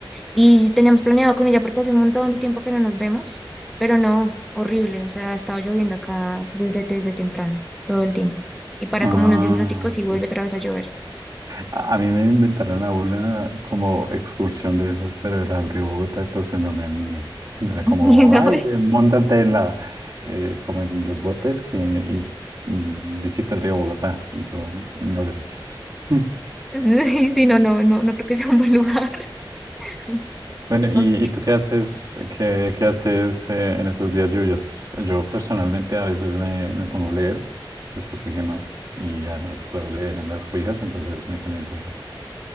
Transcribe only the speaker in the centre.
Y teníamos planeado con ella porque hace un montón de tiempo que no nos vemos, pero no, horrible, o sea, ha estado lloviendo acá desde, desde temprano, todo el tiempo. Y para
como unos 10 minuticos
y vuelve otra vez a llover.
<laughs> Sí, No,
<laughs> sí, no, no, no, no creo que sea un buen lugar. <laughs>
Ok,